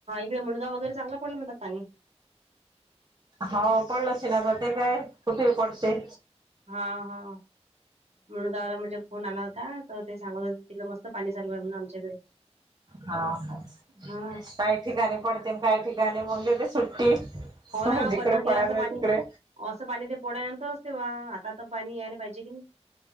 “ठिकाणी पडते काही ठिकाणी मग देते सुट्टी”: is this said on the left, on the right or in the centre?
Right